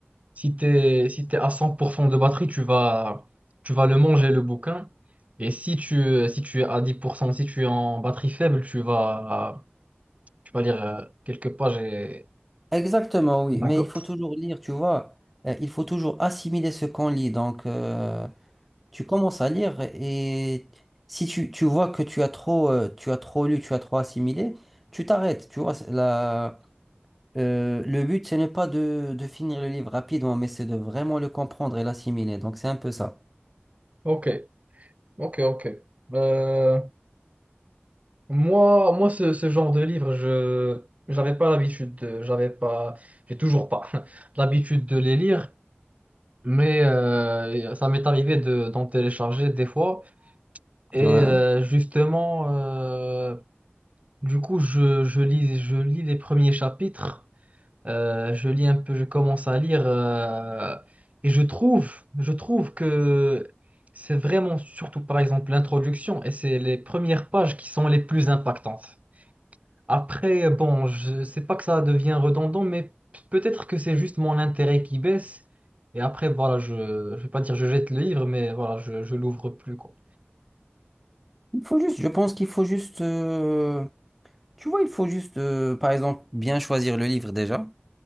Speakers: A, on the right; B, in the centre.
A: Si tu es, si t'es à 100% de batterie, tu vas, tu vas le manger, le bouquin. Et si tu, si tu es à 10%, si tu es en batterie faible, tu vas, tu vas lire euh, quelques pages et...
B: Exactement, oui,
A: D'accord.
B: mais il faut toujours lire, tu vois, Euh, il faut toujours assimiler ce qu'on lit. Donc, euh, tu commences à lire et si tu, tu vois que tu as trop, euh, tu as trop lu, tu as trop assimilé, tu t'arrêtes. Tu vois, c'est la, euh, le but, ce n'est pas de, de finir le livre rapidement, mais c'est de vraiment le comprendre et l'assimiler. Donc, c'est un peu ça.
A: Ok, ok, ok. Euh, moi, moi ce, ce genre de livre, je j'avais pas l'habitude de, j'avais pas, j'ai toujours pas <laughs> l'habitude de les lire, mais euh, ça m'est arrivé de, d'en télécharger des fois. Et
B: Ouais.
A: euh, justement, euh, Du coup, je, je lis, je lis les premiers chapitres, euh, je lis un peu, je commence à lire, euh, et je trouve, je trouve que c'est vraiment surtout par exemple l'introduction, et c'est les premières pages qui sont les plus impactantes. Après, bon, je sais pas que ça devient redondant, mais p- peut-être que c'est juste mon intérêt qui baisse, et après, voilà, je, je vais pas dire je jette le livre, mais voilà, je, je l'ouvre plus, quoi.
B: Il faut juste, je pense qu'il faut juste, euh, tu vois, il faut juste, euh, par exemple, bien choisir le livre déjà.